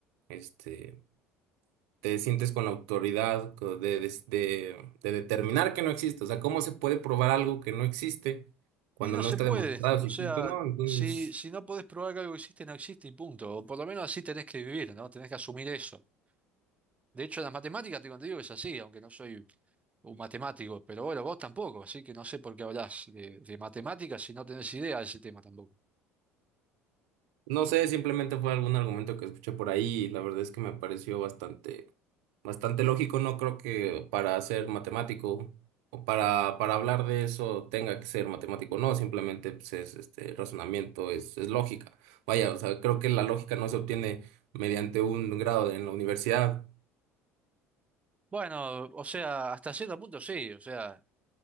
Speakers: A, on the right; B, on the right.
A: este, te sientes con la autoridad co- de, de, de- de determinar que no existe? O sea, ¿cómo se puede probar algo que no existe cuando
B: Y no
A: no
B: se
A: está
B: puede,
A: demostrado
B: o
A: si
B: sea,
A: existe o no? Entonces...
B: si, si no podés probar que algo existe, no existe y punto. O por lo menos así tenés que vivir, ¿no? Tenés que asumir eso. De hecho, en las matemáticas te digo que es así, aunque no soy un matemático, pero bueno, vos tampoco, así que no sé por qué hablás de, de matemáticas si no tenés idea de ese tema tampoco.
A: No sé, simplemente fue algún argumento que escuché por ahí y la verdad es que me pareció bastante, bastante lógico. No creo que para ser matemático o para, para hablar de eso tenga que ser matemático. No, simplemente pues, es este razonamiento, es, es lógica. Vaya, o sea, creo que la lógica no se obtiene mediante un grado en la universidad.
B: Bueno, o sea, hasta cierto punto sí, o sea,